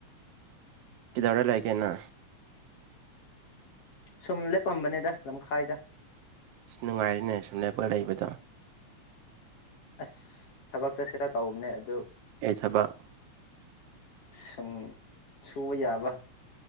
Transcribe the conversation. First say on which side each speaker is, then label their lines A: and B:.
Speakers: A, on the right; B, on the left.
A: ꯀꯩꯗꯧꯔ ꯂꯩꯒꯦꯅꯥ꯫
B: ꯁꯨꯝ ꯂꯦꯞꯄꯝꯕꯅꯦꯗ ꯂꯝꯈꯥꯏꯗ꯫
A: ꯑꯁ ꯅꯨꯡꯉꯥꯏꯔꯤꯅꯦ ꯁꯨꯝꯂꯦꯞꯄꯒ ꯂꯩꯕꯗꯣ꯫
B: ꯑꯁ ꯊꯕꯛ ꯆꯠꯁꯤꯔ ꯇꯧꯕꯅꯦ ꯑꯗꯨ꯫
A: ꯑꯩ ꯊꯕꯛ
B: ꯁꯨꯝ ꯁꯨꯕ ꯌꯥꯕ꯫